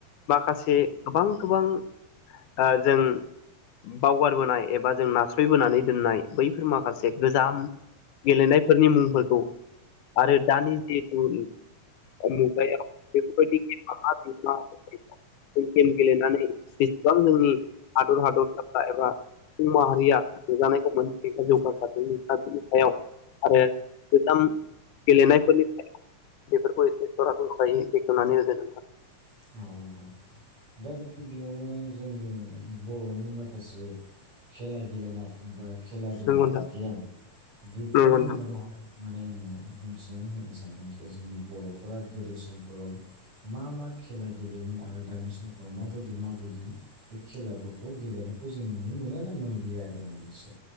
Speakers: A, on the left (about 80°); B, on the right (about 40°).
A: माखासे गोबां गोबां ओ जों बावगारबोनाय एबा जों नास्रयबोनानै दोननाय बैफोर माखासे गोजाम गेलेनायफोरनि मुंफोरखौ आरो दानि जिहेथु अु गायाव <unintelligible> बे बदि <unintelligible> बे गेम गेलेनानै जेसेबां नोंनि हादर हादरसाफ्रा एबा सुबुं माहारिया नुजानायखौ मोन जौगासारादों नोंथाननि सायाव। आरो गोजाम गेलेनायफोरनि थाखाय। बेफोरखौ एसे सरासनस्रायै बेखवनानानै होदो नोंथा।
B: <unintelligible> बेयावनो जोंनि बर'नि माखासे। खेला गेलेनाय बा खेला- दुला
A: नंगौ नोंथां
B: गेम बेफोरनि
A: नंगौ नोंथां
B: मादाव होन। माने आङो बुंथिनानै होनो सानदों जे जोंनि बर'फोरा गोदो समफोराव। मा मा खेला गेलेयोमोन आरो दानि समफ्राव माबायदि माबायदि बे खेलाफोरखौ गेलेनो खौ जों नुनो मोनो ना मोनलि आरो मोनसिआ